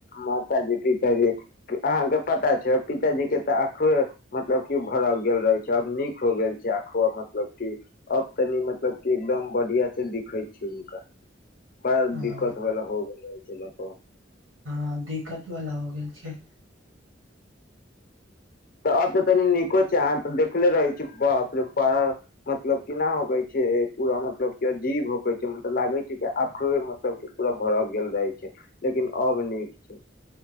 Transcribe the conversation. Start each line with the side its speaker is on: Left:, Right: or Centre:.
Left: माथा जे कि अहाँके पता छै? पिताजी के तऽ आंखों मतलब कि भरक गेल रहे छै। आब नीक हो गेल छै आखवा मतलब ठीक अब तनि मतलब कि एकदम बढ़िया से दिखे छी हुनका। बड़ा
Right: हँ
Left: दिक्कत भेल हो गेल रहे छै ना।
Right: हँ दिक्कत वाला हो गेल छै।
Left: तऽ आब तऽ तनी नीको छै, अहाँ तऽ देखले रहै छी। बापरेबा मतलब केना होकै छै, पूरा मतलब के अजीब होैकै छै, मतलब लागे छै के अखबे मतलब पूरा भरा गेल रहै छै, लेकिन अब नीक छै।